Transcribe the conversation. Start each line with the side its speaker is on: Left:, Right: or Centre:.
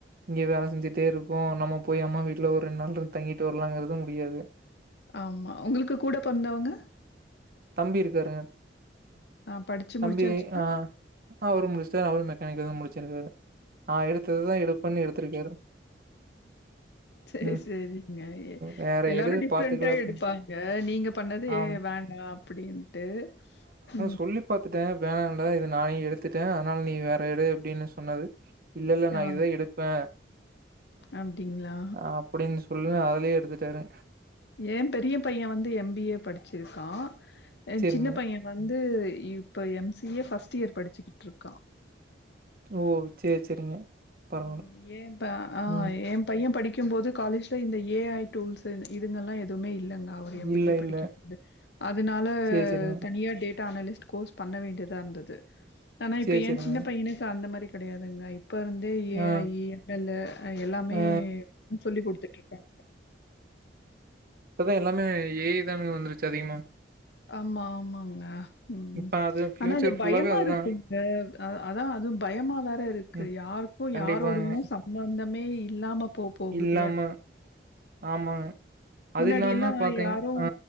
Right: இங்க வேல செஞ்சிட்டே இருக்கோ நம்ம போய் அம்மா வீட்ல ஒரு ரெண்டு நாள் இருந்து தங்கிட்டு வரலாங்கிறது முடியாது
Left: ஆமா உங்களுக்கு கூட பிறந்தவ்ங்க
Right: தம்பி இருக்காருங்க
Left: ஆ படிச்சு
Right: தம்பி
Left: முடிச்சாச்சா?
Right: ஆஹ் அவரு முடிச்ட்டு அவரு மெக் கானிக்கல் தா முடிச்சுருக்காரு ஆஹ் எடுத்ததுதா எடுபென் எடுத்திருக்காரு
Left: சேரி
Right: ம்
Left: சேரிங்க
Right: வேற
Left: எல்லாரு
Right: எடு
Left: டிஃப்ரெண்டா
Right: பாத்துக்கலா அப்டின்னு
Left: எடுப்பாங்க நீங்க பண்ணது
Right: ஆம்
Left: வேண்டா அப்டின்ட்டு உம்
Right: சொல்லி பாத்துட்டே ஒனக்கு வேணாடா இத நானு எடுத்துட்டே அதனால நீ வேற எடு அப்டின்னு சொன்னாலு இல்ல இல்ல நா
Left: ஆ
Right: இதா எடுப்பே
Left: அப்டிங்களா?
Right: அப்டின்னு சொ சொல்லியு அதுலே எடுத்துட்டாங்க
Left: எ பெரிய பைய வந்து எம் பி ஏ படிச்சிருக்கா எ
Right: சேரிங்க
Left: சின்ன பைய வந்து இப்ப M C C A first year படிச்சுக்கிட்ருக்கா
Right: ஓ சேர் சேரிங்க பரவால்ல
Left: உம் எ ப ஆஹ்
Right: ம்
Left: எ பைய படிக்கும் க்கும் போது காலேஜ்ல இந்த ஏ ஐ டூல்ஸ் இதுங்கலா எதுவுமே இல்ல இல்லங்க அவர் எம்
Right: இல்ல
Left: பி ஏ படிக்கும்போது
Right: இல்ல
Left: அதனால
Right: சேரி சேரிங்க
Left: தனியா டேட் டா அனலிஸ்ட் கோர்ஸ் பண்ண வேண்டியதா இருந்தது ஆனா
Right: சேரி
Left: இப்ப எ
Right: சேரிங்க
Left: சின்ன பையனுக்கு அந்த மாரி கெடையாதுங்க இப்ப இருந்து ஏ
Right: ஆ
Left: ஐ எம் எல் ஏ எல்லாமே
Right: ஆ
Left: சொல்லி் கொடுத்துட்டு இருகன்
Right: இப்பதான் எல்லாமே ஏ ஐ வந்துருச்சு அதிகமா
Left: ஆமா ஆமாங்க உம்
Right: இப்ப அது ஃபியூச்சர்
Left: ஆனா அது
Right: ஃபுல்லாவே
Left: பயமா
Right: அதுதா
Left: இருக்குங்க அதான் அதுவும் பயமா வேற இருக்கு
Right: ம்
Left: யாருக்கும்
Right: கண்டிப்பாங்க
Left: யாரோடையும் சம்பந்தமே இல்லாம போ போகுதே
Right: இல்லாம ஆமாங்க அது
Left: முன்னாடியெல்லாம்
Right: இல்லாம பாத்தீங்க
Left: யாரும்
Right: ஆ